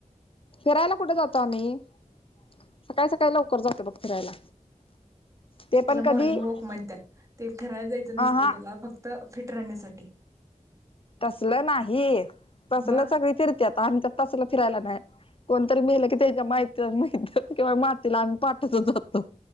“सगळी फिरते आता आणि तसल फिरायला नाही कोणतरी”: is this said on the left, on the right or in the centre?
Left